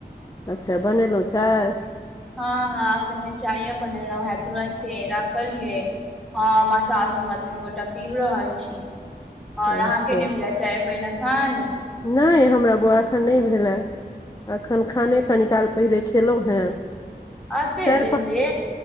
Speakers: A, on the left; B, in the centre.
A: अच्छा, बनेलहुँ चाय?
B: हँ हँ, अखने चाय बनेलो छै, तुरन्ते राखल छै। हँ, हम सासू माँ दुनू गोटे पीब रहल छी। आ
A: अच्छा
B: अहाँके नहि भेल चाय पान अखन?
A: नहि, हमरा बौआ एखन नहि भेलए। एखन खाने कनी काल पहिने खेलहुँ हेँ।
B: एते
A: चारि
B: देरसे
A: पाँच